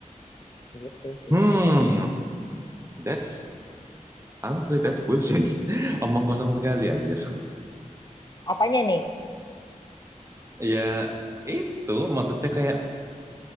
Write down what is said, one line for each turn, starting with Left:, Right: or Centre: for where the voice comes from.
Left: gitu sih.
Right: Hmm, that's honestly that's bullshit. <laughs> Omong kosong sekali anjir.
Left: Apanya nih?
Right: Ya itu maksudnya kayak